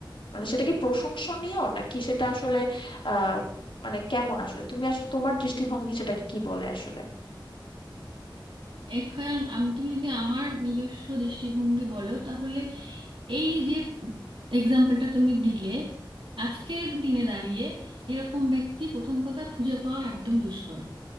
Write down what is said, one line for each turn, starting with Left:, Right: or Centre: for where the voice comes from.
Left: মানে সেটা কি প্রশংসনীয় নাকি সেটা আসলে আহ মানে কেমন আসলে তুমি আসলে তোমার দৃষ্টিভঙ্গি সেটাকে কি বলে আসলে
Right: এখন আমি তুমি যদি আমার নিজস্ব দৃষ্টিভঙ্গি বলো তাহলে এই যে এক্সাম্পলটা তুমি দিলে আজকের দিনে দাঁড়িয়ে এরকম ব্যক্তি প্রথম কথা খুঁজে পাওয়া একদম দুষ্কর